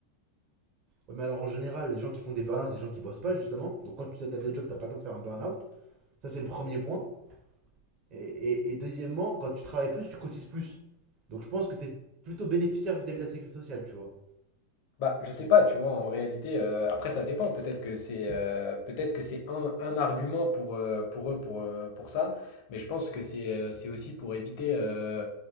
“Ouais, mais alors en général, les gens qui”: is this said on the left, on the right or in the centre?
Right